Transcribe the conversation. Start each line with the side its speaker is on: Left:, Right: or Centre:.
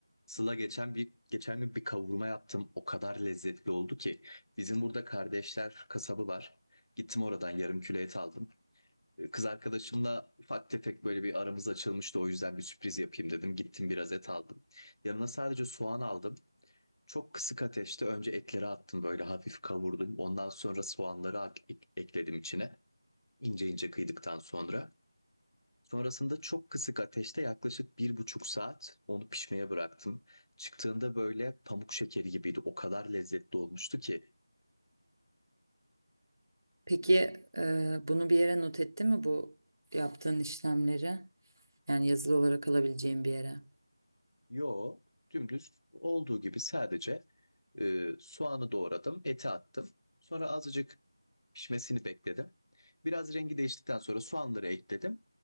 Left: Sıla geçen bir geçen gün bir kavurma yaptım. O kadar lezzetli oldu ki. Bizim burada kardeşler kasabı var. Gittim oradan yarım kilo et aldım. Kız arkadaşımla ufak tefek böyle bir aramız açılmıştı. O yüzden bir sürpriz yapayım dedim. Gittim biraz et aldım. Yanına sadece soğan aldım. Çok kısık ateşte önce etleri attım böyle hafif kavurdum. Ondan sonra soğanları ak- ek- ekledim içine. İnce ince kıydıktan sonra. Sonrasında çok kısık ateşte yaklaşık bir buçuk saat onu pişmeye bıraktım. Çıktığında böyle pamuk şekeri gibiydi. O kadar lezzetli olmuştu ki.
Right: Peki e, bunu bir yere not etti mi bu yaptığın işlemleri? Yani yazılı olarak alabileceğim bir yere.
Left: Yo, dümdüz olduğu gibi sadece e, soğanı doğradım, eti attım. Sonra azıcık pişmesini bekledim. Biraz rengi değiştikten sonra soğanları ekledim.